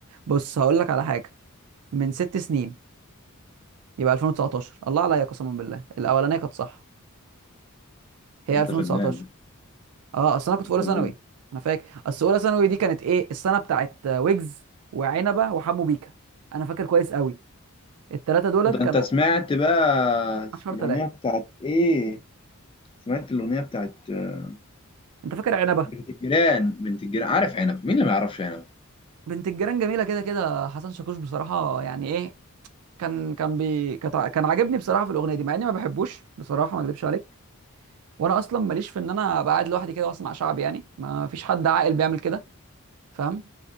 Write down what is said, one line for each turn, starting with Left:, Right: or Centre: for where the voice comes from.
Right: بص هقول لك على حاجة من ست سنين يبقى 2019 الله عليا قسما بالله الاولانية كانت صح هي
Left: انت
Right: 2019
Left: فنان
Right: اه اصل انا كنت في اولى
Left: طب
Right: ثانوي انا فاكر اصل اولى ثانوي دي كانت ايه السنة بتاعت ويجز وعنبة وحمو بيكا انا فاكر كويس قوي الثلاثة دولت
Left: ده
Right: كانوا
Left: انت سمعت بقى
Right: 10
Left: الاغنيه
Right: 3
Left: بتاعت ايه سمعت الاغنيه بتاعت آه،
Right: انت فاكر عنبة
Left: بنت الجيران بنت الجيران عارف عنب مين اللي ما يعرفش عنب
Right: بنت الجيران جميله كده كده حسن شاكوش بصراحه يعني ايه كان كان بي كت- كان عاجبني بصراحه في الاغنيه دي مع اني ما بحبوش بصراحه ما اكذبش عليك وانا اصلا ماليش في ان انا ابقى قاعد لوحدي كده واسمع شعبي يعني ما فيش حد عاقل بيعمل كده فاهم